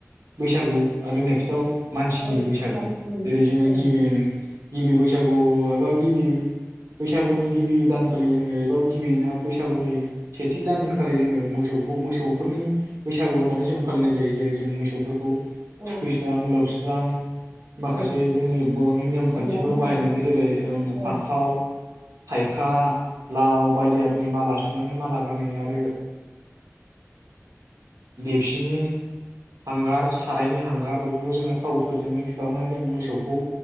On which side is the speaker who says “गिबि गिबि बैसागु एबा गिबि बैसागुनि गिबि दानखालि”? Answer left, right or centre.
Right